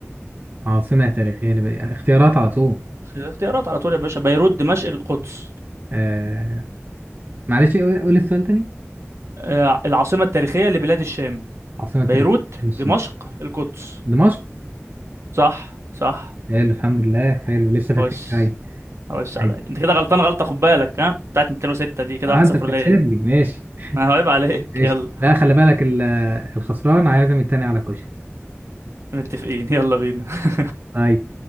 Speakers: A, on the right (about 40°); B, on the right (about 70°).
A: عاصمة تاريخية لبقى. اختيارات على طول
B: اختيارات على طول يا باشا بيروت دمشق القدس
A: آه معلش قول قول السؤال تاني
B: آه، العاصمة التاريخية لبلاد الشام
A: عاصمة تاريخية
B: بيروت
A: للشين
B: دمشق القدس
A: دمشق
B: صح صح
A: حلو الحمد لله حلو لسه فاكرين
B: خش
A: شوية
B: خش عليا
A: أيوة
B: انت كده غلطان غلطة خد بالك ها بتاعت 206 دي كده
A: آه
B: 1-0
A: أنت بتحسب
B: ليا
A: لي ماشي
B: انا هعيب عليك
A: ماشي
B: <laughs> يلا
A: لا خلي بالك ال- الخسران عازم التاني على كشري
B: متفقين يلا بينا <laughs>
A: طيب